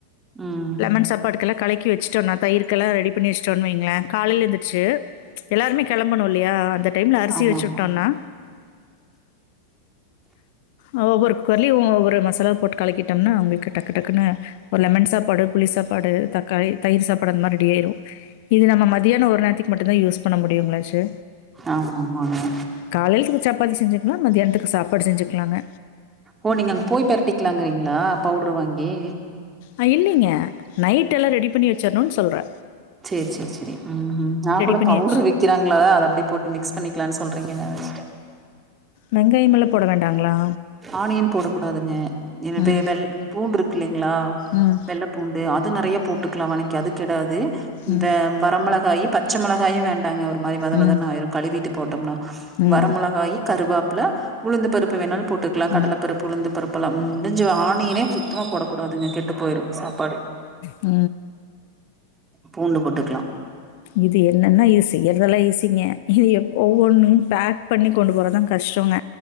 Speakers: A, on the right; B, on the left.
A: ம்
B: லெமன் சாப்பாட்டுக்கெல்லா கலக்கி வச்சிடோனா தயிர்கெலா ரெடி பண்ணி வச்டோனு வைங்ளே காலைல எந்துர் சு எல்லாருமே களம்பணு இல்லயா அந்த டைம்ல அரிசி
A: ஆமாமா
B: வச்சு உட்டோன்னா அ ஒவ்வொரு குக்கர்லயு ஒவ்வொரு மசாலாவ போட்டு கலக்கிட்டம்னா ஒங்களுக்கு டக்கு டக்குனு ஒரு லெமன் சாப்பாடு புளி சாப்பாடு தக்காளி தயிர் சாப்பாடு அந்த மாரி ரெடி ஆய்ரு இது நம்ம மதியான ஒரு நேரத்திக்கு மட்டுந்தா யூஸ் பண்ண முடியுங்களாச்சே
A: ஆமாமாங்க
B: காலேல்த்க்கு சப்பாத்தி செஞ்சுக்லாங்க மதியான்த்துக் சாப்பாடு செஞ்சுக்லாங்க
A: ஓ நீங்க அங்க போய் பெரட்டிக்கலாங்கறீங்களா பவுடரு வாங்கி
B: அ இல்லங்க நைட் எல்லா ரெடி பண்ணி வச்சரணுனு சொல்றே
A: செரி செரி செரி உ உ நா கூட
B: பண்ணி
A: பவுடர்
B: வச்சு
A: வி விக்கிறாங்களா அது அப்டி போட்டு மிக்ஸ் பண்ணிக்கலாம்னு சொல்றீங்கனு நெனச்சுட்டே
B: வெங்காயமெல்லா போட வேண்டாங்களா
A: ஆனியன் போடக்கூடாதுங்க என்ன
B: ம்,
A: இதல்லா பூண்டு இருக்கு இல்லேங்களா
B: ம்,
A: வெள்ள பூ பூண்டு அது நெறைய போட்டுக்கலா வனக்கி அது கெடாது இந்த
B: ம்,
A: வரமெளகாயு பச்ச மெளகாயு வேண் அதாங்க ஒரு மாரி வத
B: ம்,
A: வதனு ஆயிரு கழுவிட்டு போட்டோம்னா
B: ம்,
A: வரமெளகாய் கருவேப்புல உளுந்து பருப்பு வேணாலு போட்டுக்கலா கடலை
B: ம்,
A: பரு உளுந்து பருப்புலா முடிஞ்சு ஆணியனே சுத்தமா போடக்கூடாதுங்க கெட்டு போயிரு சாப்பாடு
B: உ
A: பூண்டு போட்டுக்கலா
B: இது என்னன்னா இத செய்றதெல்லா ஈசிங்க இது எப்போவ்வொன்னு பேக் பண்ணி கொண்டு போறதா கஷ்டங்க